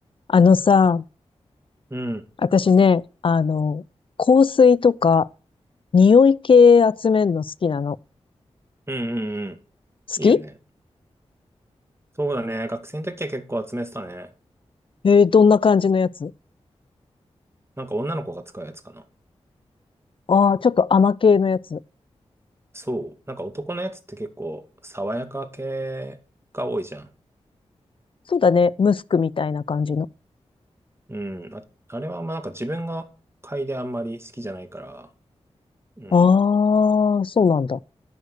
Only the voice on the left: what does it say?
あのさ、
私ね、あの、香水とか、匂い系集めるの好きなの。
好き
えーどんな感じのやつ
ああー、ちょっと甘系のやつ。
そうだね、ムスクみたいな感じの。
ああ、そうなんだ。